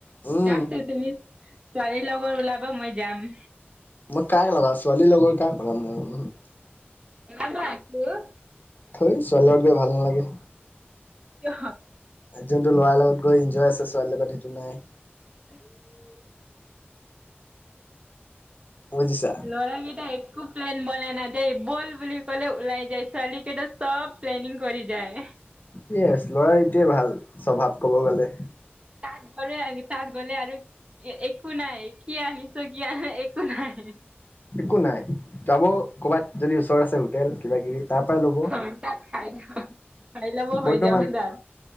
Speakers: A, on the left; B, on the right.
A: উম
B: যামতো তুমি ছোৱালী লগৰ ওলাবা মই যাম।
A: মই কাক লগাম ছোৱালী লগৰ কাক লগাম মই
B: ইমানবোৰ আছো।
A: থেই ছোৱালীৰ লগত গৈ ভাল নালাগে।
B: কিয়?
A: যোনটো ল'ৰাৰ লগত গৈ ইনজয় আছে ছোৱালীৰ লগত সেইটো নাই।
B: <inaudible>
A: বুজিছা
B: ল'ৰা কেইটা একো প্লেন বনাই নাযায় বল বুলি ক'লে ওলাই যায় ছোৱালী কেইটা চব প্লেনিং কৰি যায়।
A: ইয়েচ, ল'ৰাৰ এইটোৱে ভাল স্বভাৱ ক'ব গলে!
B: তাত গ'লে আৰু তাত গলে আৰু একো নাই, কি আহিছোঁ কি আ একো নাই।
A: একো নাই, যাব ক'ৰবাত যদি ওচৰত আছে হোটেল কিবা কিবি তাৰ পৰাই ল'ব।
B: খাই লব হৈ
A: বৰ্তমান
B: যাব তাত।